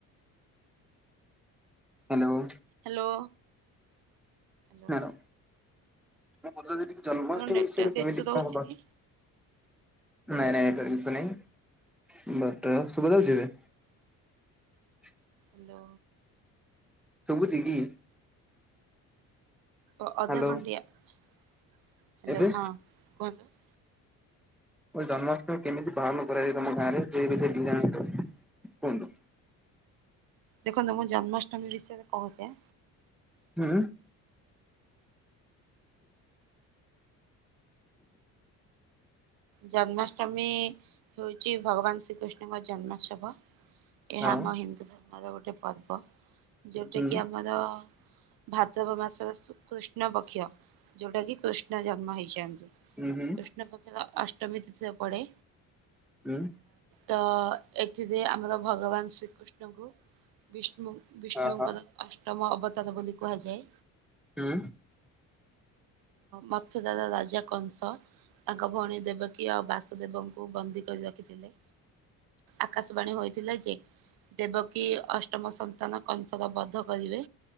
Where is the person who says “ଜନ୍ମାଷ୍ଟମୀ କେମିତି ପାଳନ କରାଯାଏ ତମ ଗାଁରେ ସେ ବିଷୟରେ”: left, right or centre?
Centre